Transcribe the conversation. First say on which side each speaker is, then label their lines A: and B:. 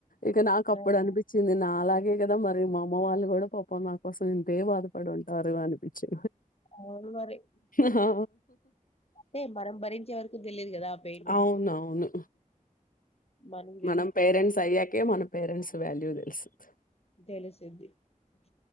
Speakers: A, on the left; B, on the left.
A: ఇక నాకు అప్పుడు
B: ఆ
A: అనిపించింది నా అలాగే ఇ కదా మరి మా అమ్మ వాళ్ళు కూడా పాపం నా కోసం ఇంతే బాధపడి ఉంటారు అనిపించి
B: అవును మరి
A: హా
B: అంటే మనం భరించే వరకు తెలియదు కదా ఆ పెయిన్
A: అవును అవును
B: మనకు తెలి
A: మనం పేరెంట్స్ అయ్యాకే మన పేరెంట్స్ వాల్యూ తెలుస్తు
B: తెలిసిద్ది